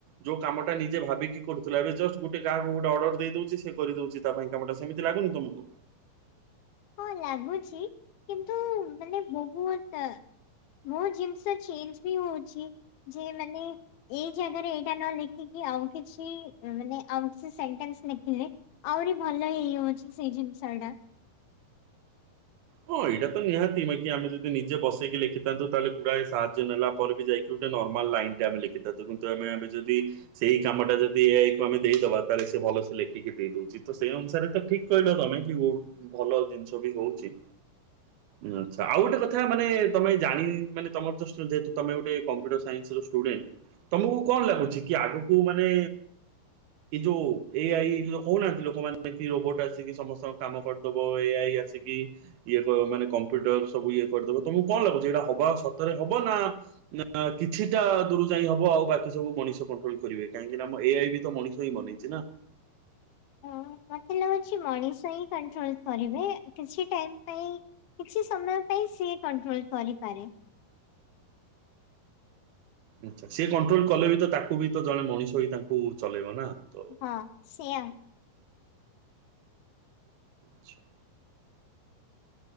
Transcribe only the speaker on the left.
ହଁ ଲାଗୁଛି କିନ୍ତୁ ମାନେ ବୋହୁତ ଟା ବୋହୁତ ଜିନିଷ ଚେଞ୍ଜ୍ ବି ହୋଉଚି ଯେ ମାନେ ଏଇ ଜାଗାରେ ଏଇଟା ନ ଲେଖିକି ଆଉ କିଛି ମାନେ ଆଉ କିଛି ସେଣ୍ଟେନ୍ସ ଲେଖିଲେ ଆହୁରି ଭଲ ହେଇଯାଉଚି ସେଇ ଜିନ୍ ଛଡ଼ା
ହଁ, ମତେ ଲାଗୁଛି ମଣିଷ ହିଁ କଣ୍ଟରୋଲ୍ କରିବେ କିଛି ଟାଇମ୍ ପାଇଁ କିଛି ସମୟ ପାଇଁ ସିଏ କଣ୍ଟରୋଲ୍ କରିପାରେ।
ହଁ ସେୟା।